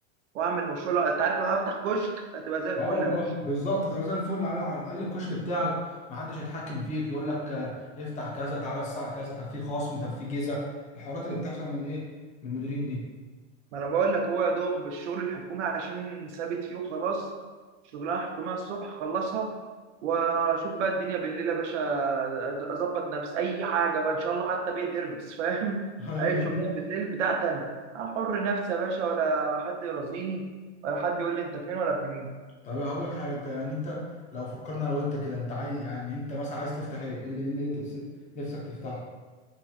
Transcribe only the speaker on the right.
واعمل مشروع لو- انت عارف لو هفتح كشك هتبقى زي الفل
يا باشا
ما انا بقول لك هو يا دوب الشغل الحكومي عشان ثابت فيه وخلاص شغلانه حكوميه الصبح خلصها واشوف بقى الدنيا بالليل يا باشا أز- اظبط نفسي اي حاجه بقى ان شاء الله حتى بيها ترمس فاهم
<laughs> اي شغلانه بالليل بتاعتي انا احر نفسي يا باشا ولا حد يرازيني ولا حد يقول لي انت فين ولا ابن مين